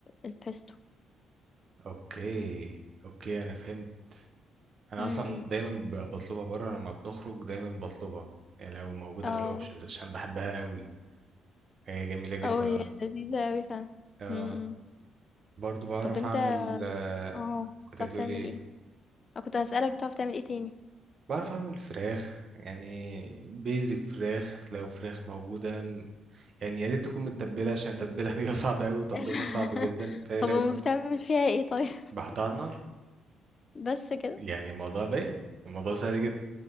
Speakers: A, on the left (about 40°); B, on the right (about 50°).
A: الpesto.
B: اوكي اوكي انا فهمت انا
A: إمم،
B: اصلا دايما ب- بطلبها بره لما بنخرج دايما بطلبها يعني لو موجودة
A: اه
B: في الاوبشنز عشان بحبها قوي هي جميلة جدا
A: اه هي
B: اصلا
A: لذيذة اوي فعلا
B: آه
A: م- م.
B: برضو بعرف
A: طب انت
B: اعمل آه
A: اه
B: كنت
A: بتعرف
B: هتقولي
A: تعمل
B: ايه
A: ايه انا كنت هسألك بتعرف تعمل ايه تاني
B: بعرف اعمل فراخ يعني بيزك فراخ لو فراخ موجودة م- يعني يا ريت تكون متبلة عشان تتبيلها <laughs> بيها صعب قوي وتنظيفها
A: <laughs>
B: صعب جدا فلو
A: طب أم بتعمل فيها ايه طيب <laughs>
B: بحطها على النار
A: بس كده
B: يعني الموضوع باين الموضوع سهل جدا